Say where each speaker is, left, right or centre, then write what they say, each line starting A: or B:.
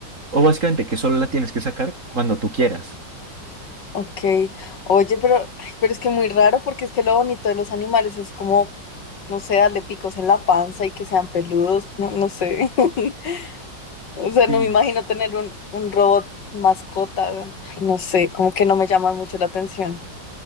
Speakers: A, on the right; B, on the left.
A: O básicamente que solo la tienes que sacar cuando tú quieras.
B: Ok. Oye, pero, ay, pero es que muy raro porque es que lo bonito de los animales es como, no sé, darle picos en la panza y que sean peludos. No, no sé. <laughs> O sea,
A: Sí.
B: no me imagino tener un, un robot mascota. Ay, no sé, como que no me llama mucho la atención.